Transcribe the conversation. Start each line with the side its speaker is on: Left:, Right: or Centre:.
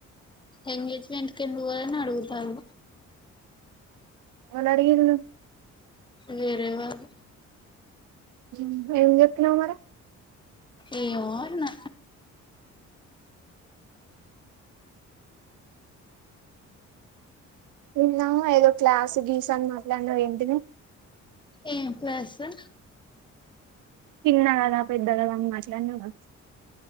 Left: ఎంగేజ్మెంట్ కెందుకు పోలే అని అడుగుతారు
Right: ఎవడిగిర్రు
Left: వేరే వాల్లు
Right: నువ్వేం చెప్పినవ్ మరి
Left: ఏవో అన్న
Right: నిన్నా ఏదో క్లాస్ గీస్ అని మాట్లాడిన ఏంటిది
Left: ఎం క్లాసు
Right: చిన్నా కదా పెద్ద కదా మాట్లాడినవుగా